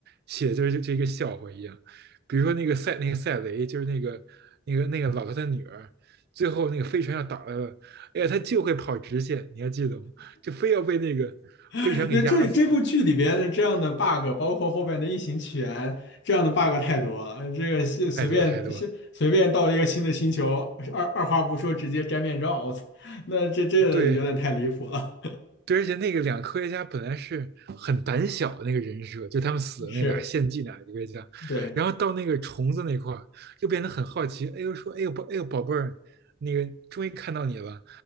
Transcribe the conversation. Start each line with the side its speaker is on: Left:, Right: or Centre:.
Right: 写的就是这个笑话一样。比如说那个赛那个赛雷，就是那个那个那个老头的女儿，最后那个飞船要打了。哎呀，他就会跑直线，你还记得吗？就非要被那个飞船给压死，
Left: <laughs> 那这这部剧里边的这样的 bug，包括后面的异形起源这样的 bug 太多了。这个是随便随随便到一个新的星球，
Right: 太多太多
Left: 二二话不说直接摘面罩，我操，那这这有点太离谱了。
Right: 对对，而且那个两个科学家本来是很胆小那个人设，就他们死的那俩献祭那俩科学家，
Left: <laughs> 是，对。
Right: 然后到那个虫子那块儿又变得很好奇，哎呦说，哎呦宝，哎呦宝贝儿，那个终于看到你了，